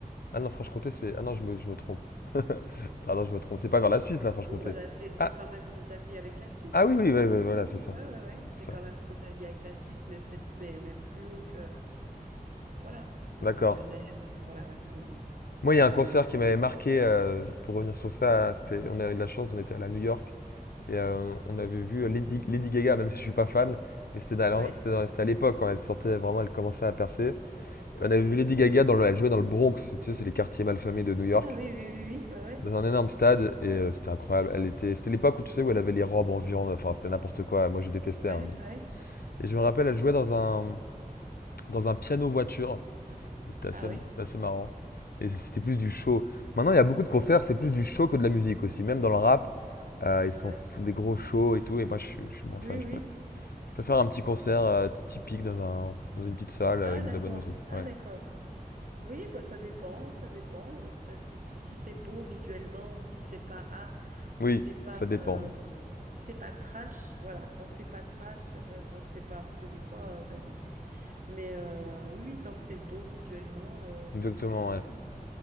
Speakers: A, on the left; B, on the right.
A: Ah non, Franche-Comté, c'est. Ah non, je me, je me trompe. <laughs> Pardon, je me trompe. C'est pas vers la Suisse, là, Franche-Comté.
B: si, voilà, c'est, c'est
A: Ah,
B: quand même frontalier avec la Suisse,
A: ah
B: hein.
A: oui, oui, oui, oui, voilà, c'est ça.
B: Ouais, ouais, ouais, c'est
A: C'est ça.
B: quand même frontalier avec la Suisse, mais peut-être, mais, mais plus haut que, voilà, plus
A: D'accord.
B: haut que Genève, et ça, voilà, ouais. Mm,
A: Moi,
B: mm.
A: il
B: Euh,
A: y a un concert qui m'avait marqué, euh, pour revenir sur ça, c'était, on a eu de la chance, on était allé à New York et euh, on avait vu
B: oui,
A: Lady, Lady Gaga, même si je suis pas fan, mais c'était dans
B: oui,
A: la- c'était dans- c'était à l'époque quand elle sortait vraiment, elle commençait à percer. On avait
B: oui.
A: vu Lady Gaga, dans le, elle jouait dans le Bronx, tu sais, c'est les quartiers malfamés de New York,
B: Ah oui, oui, oui, oui, ouais,
A: dans un énorme stade, et euh, c'était incroyable. Elle était, c'était l'époque où tu sais où elle avait les robes en viande, enfin c'était n'importe quoi. Moi je détestais.
B: ouais,
A: hein, mais-
B: ouais, ouais.
A: Et je me rappelle, elle jouait dans un dans un piano voiture. C'était assez,
B: Ah oui,
A: c'était assez marrant. Et c'était plus du show. Maintenant il y a beaucoup de concerts, c'est plus du show que de la musique aussi. Même dans le rap, euh, ils sont-
B: ouais.
A: font des gros shows et tout. Et moi je suis, je suis moins
B: Oui,
A: fan.
B: oui.
A: Je préfère, je préfère un petit concert euh, typique dans un dans une petite salle
B: Ah,
A: avec
B: d'accord.
A: de la bonne musique.
B: Ah,
A: Ouais.
B: d'accord. Oui, bah, ça dépend, ça dépend. Euh, Ça, si si, si c'est beau visuellement, si c'est pas art, si
A: Oui,
B: c'est pas,
A: ça dépend.
B: euh,
A: ouais.
B: si c'est pas trash, voilà. Tant que c'est pas trash, euh, tant que c'est pas, parce que des fois, tu t'as des trucs. Mais euh, oui, oui, tant que c'est beau visuellement, euh,
A: Exactement.
B: pourquoi pas?
A: ouais.
B: Ça,